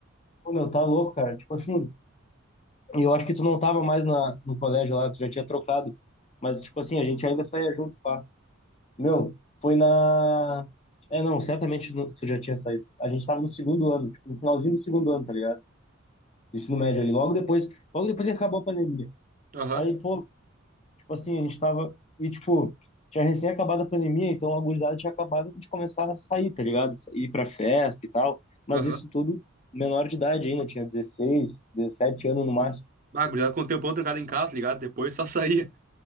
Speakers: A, on the left (about 30°); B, on the right (about 40°).
A: pô, meu, tá louco, cara. Tipo assim, e eu acho que tu não tava mais na, no colégio lá, tu já tinha trocado. Mas, tipo assim, a gente ainda saía junto, pá. Meu, foi na... É, não, certamente no- tu já tinha saído. A gente tava no segundo ano, tipo, no finalzinho do segundo ano, tá ligado? Do ensino médio ali. Logo depois, logo depois que acabou a pandemia.
B: Aham,
A: Aí, pô, Tipo assim, a gente tava. E, tipo, tinha recém acabado a pandemia, então a gurizada tinha acabado de começar a sair, tá ligado? Ir pra festa e tal. Mas
B: aham.
A: isso tudo menor de idade ainda, tinha 16 17 anos no máximo.
B: Bah, gurizada com o tempão trancado em casa, tá ligado? Depois só <laughs> saía.